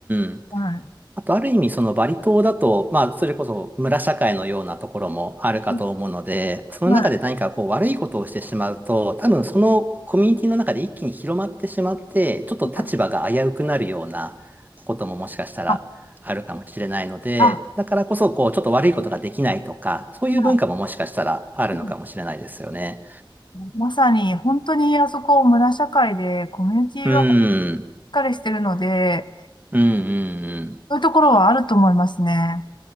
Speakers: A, on the right; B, on the left.
A: ん。
B: はい。
A: あと、ある意味、そのバリ島だと、まあ、それこそ村社会のようなところもあるかと思うので、
B: うん
A: その中で何かこう悪いことをしてしまうと、
B: はい。
A: 多分そのコミュニティの中で一気に広まってしまって、ちょっと立場が危うくなるようなことももしかしたらあるかもしれないので、
B: はい。あ、あ、
A: だからこそ、こう、ちょっと悪いことができないとか、そういう文化ももしかしたらあるのかもしれないですよね。
B: まあうんまさに、本当にあそこ、村社会で、コミュニティがしっ
A: うーん、
B: かりしてるので、
A: うん、うん、
B: そういうところはあると思いますね。